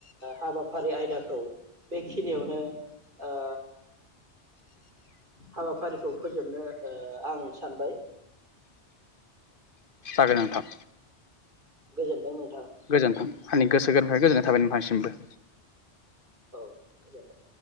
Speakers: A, on the right; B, on the left.
A: हाबाफारि आयदाखौ बेखिनियावनो ओ हाबाफारिखौ फोजोबनो ओ आं सानबाय
B: आरो नोंथां।
A: गोजोनथों नों
B: गोजोन्थों। आंनि गोसो गोरबोनिफ्राय गोजोननाय थाबाय नोंथांसिमबो।
A: औ गोजोन्थों।